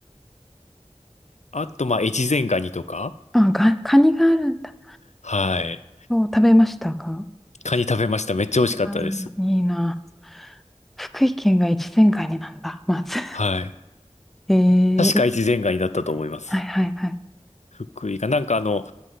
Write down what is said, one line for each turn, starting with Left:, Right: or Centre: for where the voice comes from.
Left: あと、まあ、越前ガニとか。
Centre: あ、が、カニがあるんだ。
Left: はい。
Centre: そう、食べましたか
Left: カニ食べました。めっちゃ美味しかったです。
Centre: あーいいな。福井県が越前ガニなんだ、まず。
Left: はい。
Centre: <laughs> え
Left: 確か越前ガニだったと思います。
Centre: ー、はいはいはい。
Left: 福井が。なんかあの、